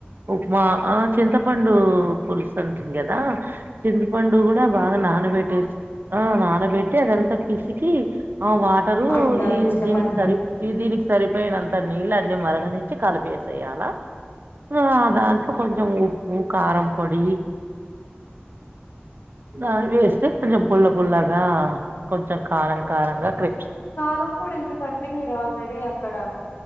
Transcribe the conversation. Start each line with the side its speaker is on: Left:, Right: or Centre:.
Right: ఉప్మా ఆ చింతపండు పులుసు అంటి కదా, చింతపండు కూడా బాగా నా నానబెట్టే ఆ నానబెట్టటి అదంతా పిసికి ఆ వాటరు
Left: ఉంటారు
Right: ఈ
Left: చింతపండుని
Right: దీనికి సరి ఈ దీనికి సరి పోయినంత నీళ్ళు అన్నీ మరగనిచ్చి కలిపేసేయాల. ఆ దాంట్లో కొంచం ఉప్పు, కారం పొడి ఆ వేస్తే కొంచం పుల్ల పుల్లగా కొంచం కారం కారంగా క్రి
Left: కారం పొడి ఎందుకండి? మీరు ఆల్రెడీ అక్కడ